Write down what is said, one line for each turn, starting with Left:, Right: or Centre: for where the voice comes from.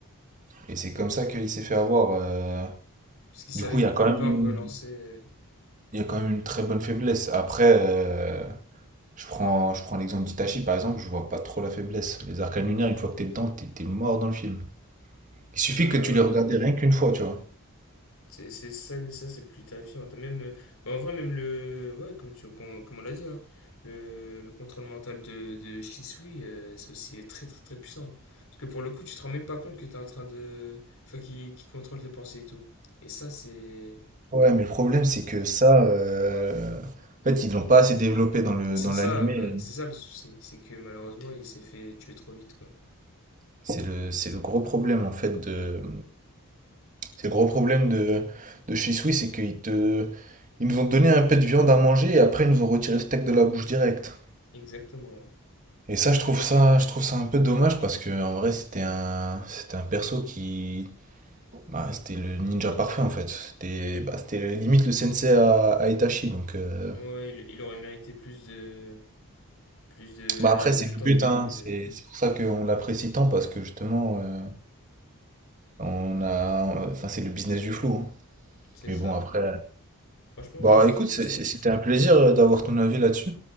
Right: et c'est comme ça qu'il s'est fait avoir. euh.
Left: Parce qu'il savait
Right: Du coup,
Left: qu'il
Right: il y a
Left: pouvait
Right: quand
Left: pas
Right: même une,
Left: relancer. euh,
Right: il y a quand même une très bonne faiblesse. Après, euh, je prends, je prends l'exemple d'Itachi, par exemple, je vois pas trop la faiblesse. Les arcanes lunaires, une fois que t'es dedans, t'es t'es mort dans le film. Il suffit
Left: Bah
Right: que tu
Left: ouais.
Right: les regardais rien qu'une fois, tu vois.
Left: C'est c'est ça, ça c'est plus terrifiant. T'as même. euh, bah, en vrai, même le. Ouais, comme, tu, com- comme on l'a dit, hein, le, le contrôle mental de, de Shisui, euh, c'est aussi très très très puissant. Parce que pour le coup, tu te rends même pas compte que t'es en train de. Enfin, qui, qui contrôle tes pensées et tout. Et ça, c'est.
Right: Ouais, mais le problème, c'est que ça. euh, En fait, ils l'ont pas assez développé dans le,
Left: C'est
Right: dans
Left: ça,
Right: l'animé.
Left: bah, c'est ça le souci. C'est que malheureusement, il s'est fait tuer trop vite, quoi.
Right: C'est le, c'est le gros problème en fait de. C'est le gros problème de, de chez Swiss, c'est qu'ils te. Ils nous ont donné un peu de viande à manger et après ils nous ont retiré le steak de la bouche direct.
Left: Exactement, ouais.
Right: Et ça je trouve ça je trouve ça un peu dommage parce que en vrai c'était un c'était un perso qui bah, c'était le ninja parfait en fait. C'était bah, c'était le- limite le sensei à, à Itachi donc euh,
Left: Ouais, il, il aurait mérité plus de plus de,
Right: bah
Left: de-
Right: après c'est
Left: de
Right: le
Left: temps
Right: but
Left: d'écran,
Right: hein,
Left: mais
Right: c'est
Left: bon,
Right: c'est pour ça qu'on l'apprécie tant parce que justement euh, on a enfin c'est le business du flou. hein.
Left: c'est
Right: Mais
Left: ça.
Right: bon après
Left: Franchement,
Right: Bah
Left: ouais, c'était
Right: écoute,
Left: une.
Right: c'est- c'est- c'était un plaisir euh, d'avoir ton avis là-dessus.